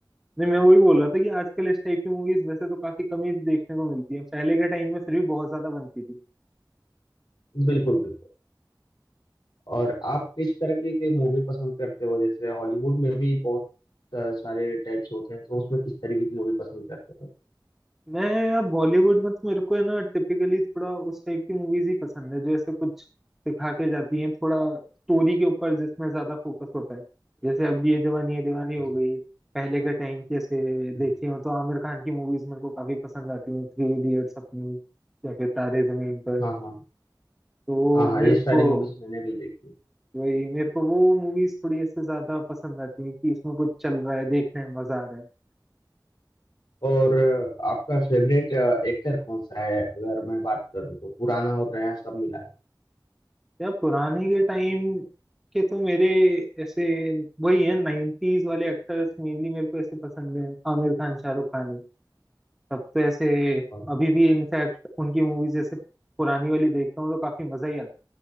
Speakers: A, in the centre; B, on the left.
A: नहीं मैं वही बोल रहा था कि आजकल इस टाइप की मूवीज वैसे तो काफी कम ही देखने को मिलती है पहले के टाइम में फिर भी बहुत ज्यादा बनती थी
B: बिल्कुल बिल्कुल और आप किस तरह की की मूवी पसंद करते हो जैसे हॉलीवुड में भी बहुत अ, सारे टाइप्स होते हैं तो उसमें किस तरीके की मूवी पसंद करते हो
A: मैं यार बॉलीवुड में तो मेरे को है ना टिपिकली थोड़ा उस टाइप की मूवीज ही पसंद है जो ऐसे कुछ सिखा के जाती हैं थोड़ा स्टोरी के ऊपर जिसमें ज्यादा फोकस होता है जैसे अब ये जवानी है दीवानी हो
B: जैसे-
A: गई पहले के टाइम की ऐसे
B: हम्म।
A: देखी हो तो आमिर खान की मूवीज मेरे को काफी पसंद आती हैं थ्री इडियट्स अपनी या फिर तारे जमीन पर
B: हाँ हाँ
A: तो वो
B: हाँ हाँ
A: मेरे
B: ये
A: को
B: सारी मूवीज मैंने भी देखी
A: वही मेरे को वो मूवीज थोड़ी ऐसे ज्यादा पसंद आती हैं कि इसमें कुछ चल रहा है देखने में मजा आ रहा है
B: और अ, आपका फेवरेट एक्टर कौन सा है अगर मैं बात करूँ तो पुराना और नया सब मिला के?
A: यार पुराने के टाइम के तो मेरे ऐसे वही है नाइन्टीज वाले एक्टर्स मेनली मेरे को ऐसे पसंद है आमिर खान शाहरुख खान ही तब तो ऐसे
B: हाँ
A: अभी भी इनफैक्ट उनकी मूवीज ऐसे पुरानी वाली देखता हूँ तो काफी मजा ही आता